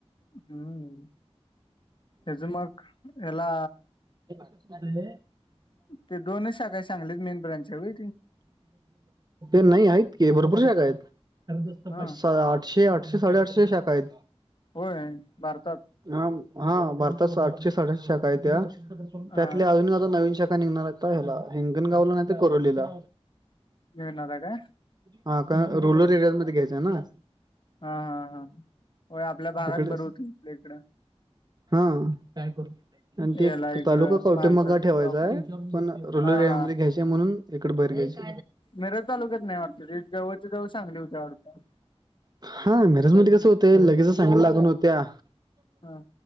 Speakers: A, on the left; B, on the right.
A: हम्. हेच मग हेला.
B: हे पाच का दिले.
A: ते दोनच शाखा सांगलीत मेन ब्रांच हाय होय.
B: नाही आहेत की, भरपूर शाखा आहेत सात
A: हा
B: आठ. शे आठशे, आठशे, साडेआठशे शाखा आहेत.
A: होय भारतात
B: हा हा भारतात आठशे साठष्ट शाखा आहेत. त्या
A: हा
B: त्यातल्या अजूनही अजून नवीन शाखा निघणार आहेत. हिंगणगावला नाही तर कोरलीला.
A: मिळणार आहे काय
B: हा का, रुरल एरियाज मध्ये घ्यायचं आहे ना.
A: हा हा हा. होय आपल्या भागात
B: इकडे
A: बरं होत इथल्या इकडं.
B: हा आणि ते
A: याला इकडं
B: तालुका कवठेमहांकाळ
A: माणसा
B: ठेवायचा
A: लोकात
B: आहे पण रूलर
A: हा
B: एरिया
A: हा
B: मध्ये घ्यायचे म्हणून इकडे बाहेर घ्यायचे.
A: मिरज तालुक्यात नाही वाटत जवळच्या जवळ सांगली होत्या वाटत.
B: हा मिरज मध्ये कस होते लगेचच सांगली लागून होत्या.
A: हा